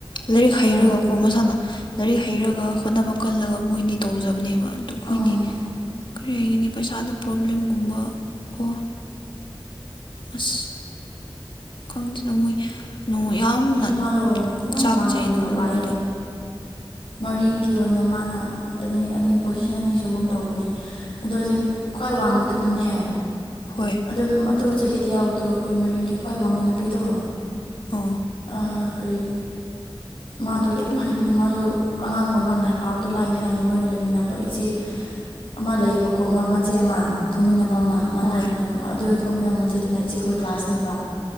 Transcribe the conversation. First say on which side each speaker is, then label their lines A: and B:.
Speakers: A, on the left; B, on the left.
A: ꯂꯥꯏꯔꯤꯛ ꯍꯩꯔꯒ
B: ꯑꯥ
A: ꯀꯣ ꯃꯁꯥꯅ ꯂꯥꯏꯔꯤꯛ ꯍꯩꯔꯒ ꯍꯣꯠꯅꯕ ꯀꯜꯂꯒ ꯃꯣꯏꯗꯤ ꯇꯧꯖꯕꯅꯦꯕ ꯑꯗꯨ ꯑꯩꯈꯣꯏꯗꯤ
B: ꯑꯥ
A: ꯀꯔꯤ ꯍꯥꯏꯅꯤ ꯄꯩꯁꯥꯗ ꯄ꯭ꯔꯣꯕ꯭ꯂꯦꯝꯒꯨꯝꯕ ꯀꯣ ꯑꯁ ꯈꯪꯗꯦꯗ ꯃꯣꯏ ꯅꯣꯡ ꯌꯥꯝꯅ
B: ꯑꯗꯨꯁꯨ ꯃꯥꯗꯣ ꯌꯥꯝ
A: ꯆꯥꯛꯆꯩ
B: ꯋꯥꯡꯅ
A: ꯑꯗꯨꯒꯨꯝꯕ
B: ꯂꯥꯛꯑꯦ
A: ꯃꯈꯣꯏꯗꯣ
B: ꯃꯔꯤꯡꯒꯤ ꯑꯣꯏꯅ ꯃꯥꯅ ꯑꯅꯤ ꯑꯅꯤ ꯄꯣꯖꯤꯁꯟ ꯑꯅꯤ ꯁꯨꯒꯨꯝ ꯇꯧꯕꯅꯦ ꯑꯗꯣ ꯍꯧꯖꯤꯛ ꯈ꯭ꯋꯥꯏ ꯋꯥꯡꯕꯗꯨꯅꯅꯦ
A: ꯍꯣꯏ
B: ꯑꯗꯨꯅ ꯃꯗꯨ ꯆꯍꯤꯗ ꯌꯥꯎꯕꯗꯣ ꯑꯩꯈꯣꯏ ꯃꯔꯤꯡꯒꯤ ꯈ꯭ꯋꯥꯏ ꯋꯥꯡꯕ ꯅꯨꯄꯤꯗꯣ
A: ꯑꯣ
B: ꯑꯥ ꯀꯔꯤ ꯃꯥꯗꯣ ꯌꯥꯝ ꯍꯩꯕꯅꯦ ꯃꯥꯁꯨ ꯑꯉꯥꯡ ꯑꯣꯏꯕ ꯂ ꯄꯕꯗꯨ ꯂꯥꯏꯗꯤ ꯍꯥꯏꯌꯦ ꯃꯣꯏꯒ ꯂꯩꯃꯤꯟꯅꯕ ꯏꯆꯦ <inaudible> ꯑꯃ ꯂꯩꯕꯀꯣ ꯃꯆꯦ ꯑꯃ ꯊꯣꯡꯃꯤꯟꯅꯕ ꯑꯃ ꯃꯥꯅ
A: ꯍꯣꯏ
B: ꯍꯥꯏꯕꯅꯦ ꯑꯗꯨ ꯊꯣꯛꯃꯤꯟꯅꯕ ꯃꯆꯦꯗꯨꯅ ꯏꯆꯦꯈꯣꯏ ꯀ꯭ꯂꯥꯁꯅꯦꯕ